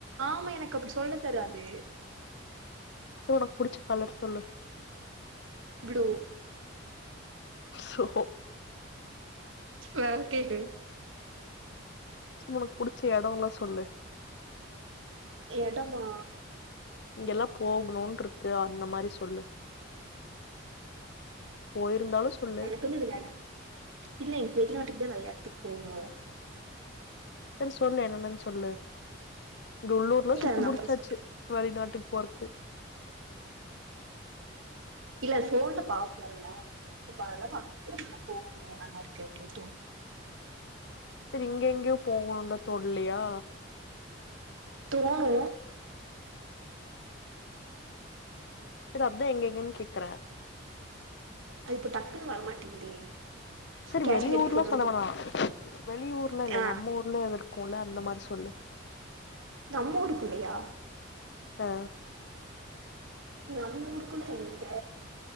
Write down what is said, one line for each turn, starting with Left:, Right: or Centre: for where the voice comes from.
Right: ஆம்மா எனக் அப்டி சொல்ல தெராது
Left: சோ ஒனக் புடிச்ச கலர் சொல்லு
Right: ப்ளூ
Left: சோ
Right: வேறக்கேளு
Left: ஒனக் புடிச்ச எடொல்லா சொல்லு
Right: எடமா
Left: இங்கெல்லா போகுணுன்ருக்கு அந்த மாரி சொல்லு போயிருந்தாலு சொல்லு
Right: கொல்லு விநாயக் இல்ல இப் வெள்நாட்டுக்தா நறையஎட்த்துக் போணூ
Left: சரி சொல்லு என்னன்னனு சொல்லு இங்க உள்ளூர்ல்லா
Right: இல்ல
Left: சுத்தி
Right: அது நா
Left: முடிச்சாச்சு
Right: அப்றோ சொல்றே
Left: வெளிநாட்டுக்கு போறக்கு
Right: இல்ல ஃபோன்ல பாப்போல்ல இப்ப அதெல்லா பாக்கும் போது நம்ம போணு நல்லா இருக்கு அப்டின்னு தோணு
Left: சரி இங்க எங்கயோ போவோ அங்க தோனலையா
Right: தோணு
Left: சரி அப்டி எங்க எங்கனு கேக்குறே
Right: அது இப்ப டக்குன்னு வரமாட்டேங்குதே
Left: சரி
Right: காஷ்மீருக்கு
Left: வெளியூர்ல
Right: போணுன்னு
Left: சொல்ல
Right: தோணு
Left: வேணா வெளியூர்லா இல்ல
Right: ஆ
Left: நம்ம ஊர்ல எத இருக்குல்ல அந்த மாதிரி சொல்லு
Right: நம்ம ஊருக்குள்ளையா
Left: ஆ
Right: நம்ம ஊருக்குள்ள எங்க